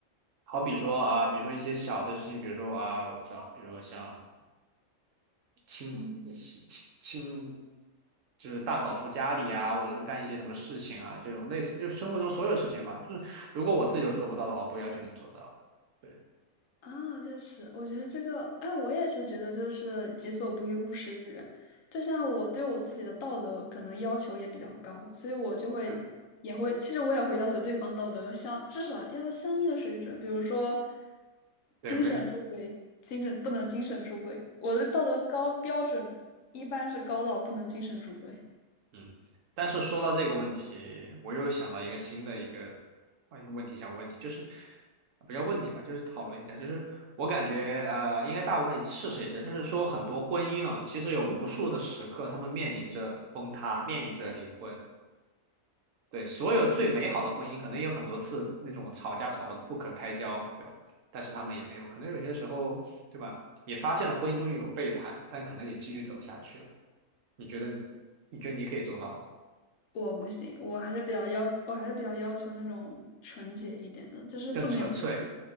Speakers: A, on the right (about 70°); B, on the left (about 70°).
A: 好比说啊，比如说一些小的事情，比如说啊，我不知道，比如说像清清清清，
B: 嗯。
A: 就是大扫除家里啊，或者说干一些什么事情啊，这种类似就是生活中所有事情吧。就是如果我自己都做不到的话，我不会要求你做到的对，
B: 啊，这是我觉得这个，哎，我也是觉得这是己所不欲，勿施于人。就像我对我自己的道德可能要求也比较高，所以我就会也会，
A: 嗯，
B: 其实我也会要求对方道德要相，至少要相应的水准。比如说，
A: 对，
B: 精神出轨，
A: 不要
B: 精神不能精神出轨。我的道德高标准一般是高到不能精神出轨，
A: 嗯，但是说到这个问题，我又想到一个新的一个呃问题想问你，就是不要问你吧，就是讨论一下，就是我感觉呃，应该大部分事实也是，就是说很多婚姻啊，其实有无数的时刻，他们面临着崩塌，面临着离婚。对，所有最美好的婚姻，可能也有很多次那种吵架吵得不可开交，对吧？但是他们也没有，可能有些时候，对吧？也发现了婚姻中有背叛，但可能也继续走下去了。你觉得你，你觉得你可以做到吗？
B: 我不行，我还是比较要，我还是比较要求那种纯洁一点的，就是不能有背叛，
A: 更纯粹。